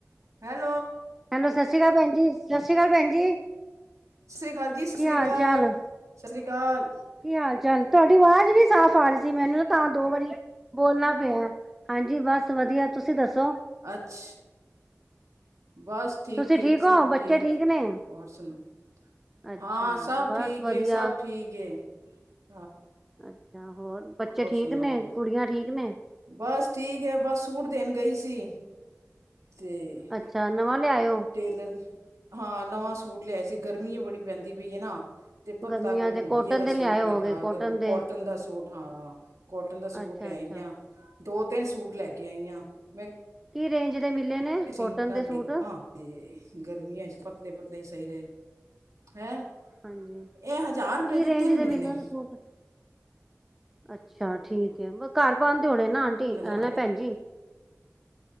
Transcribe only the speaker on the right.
ਹੈਲੋ
ਸਤਿ ਸ਼੍ਰੀ ਅਕਾਲ ਜੀ
ਸਤਿ ਸ਼੍ਰੀ
ਅਕਾਲ
ਸਤਿ ਸ਼੍ਰੀ ਅਕਾਲ
ਅਛਾ ਬਸ ਠੀਕ
ਠੀਕ ਸਭ
ਠੀਕ
ਹੋਰ ਸੁਣਾਓ
ਹਾਂ ਸਭ
ਠੀਕ
ਹੈ ਸਭ ਠੀਕ ਹੈ ਤੇ
ਸੁਣਾਓ
ਬਸ ਠੀਕ ਹੈ ਬਸ ਸੂਟ ਦੇਣ ਗਈ ਸੀ ਤੇ
ਟੇਲਰ ਹਾਂ ਨਵਾਂ ਸੂਟ ਐਸੀੇ ਗਰਮੀ ਬੜੀ ਪੈਂਦੀ ਪਈ ਹੈ ਨਾ ਤੇ ਪਤਲਾ
ਕੋਈ ਰੂਬੀਏ
ਦਾ
ਸੂਟ ਵੇਖਿਆ
ਅਗਰ
ਕੋਟਨ ਦਾ ਸੂਟ ਹਾਂ ਕੋਟਨ ਦਾ ਸੂਟ
ਲਿਆਈਆਂ
ਦੋ ਤਿੰਨ ਸੂਟ ਲੈ ਕੇ ਆਈ ਹਾਂ ਮੈਂ
ਸੀਨ
ਦੇਖ ਤੇ ਗਰਮੀਆਂ ਚ ਪਤਲੇ ਪਤ ਲਈ ਸਹੀ ਰਹੇ ਹੈਂ
ਇਹ ਹਜ਼ਾਰ ਰੁਪਏ
ਤਿੰਨ
ਮਿਲੇ
ਨੇ
ਹਜ਼ਾਰ